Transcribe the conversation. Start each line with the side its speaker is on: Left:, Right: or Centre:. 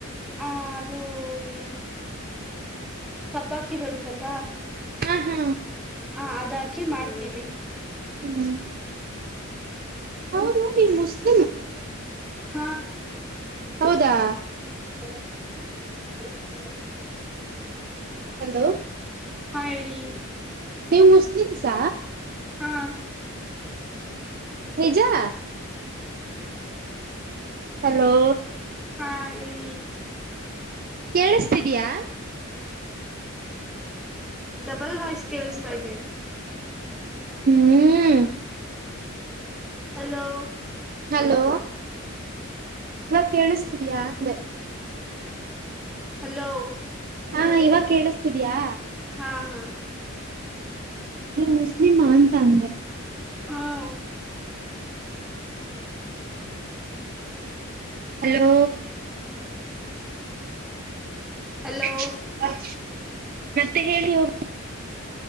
Centre: ಹ ಅದು ಈ ಸಬ್ಬಕ್ಕಿ ಬರುತ್ತಲ್ವಾ
Right: ಹಾ ಹಾ
Centre: ಹಾ ಅದಾಕಿ ಮಾಡ್ತೀವಿ
Right: ಹ್ಮ್ ಹೌ ಹೌ ನೀ <unintelligible>
Centre: <unintelligible>
Right: ಹೌದಾ
Centre: <unintelligible>
Right: ಹಲೋ
Centre: ಹಾ ಹೇಳಿ
Right: ನೀವು ಮುಸ್ಲಿಮ್ಸಾ
Centre: ಹಾ
Right: ನಿಜಾ ಹಲೋ
Centre: ಹಾ ಹೇಳಿ
Right: ಕೇಳುಸ್ತಿದ್ದೀಯಾ
Centre: ಡಬಲ್ ವಾಯ್ಸ್ ಕೇಳಿಸತಾ ಇದೆ
Right: ಹ್ಮ್
Centre: ಹಲೋ
Right: ಹಲೋ ಇವಾಗ ಕೇಳುತ್ತಿದ್ದೀಯಾ ಅಂದೆ
Centre: ಹಲೋ
Right: ಹಾ ಇವಾಗ ಕೇಳುಸ್ತಿದ್ಯಾ
Centre: ಹಾ ಹಾ
Right: ನೀವು ಮುಸ್ಲಿಮ ಅಂತ ಅಂದೇ
Centre: ಹ್ಮ
Right: ಹಲೋ <unintelligible>
Centre: ಹಲೋ
Right: ಮತ್ತೆ ಹೇಳಿ ಹೋಗ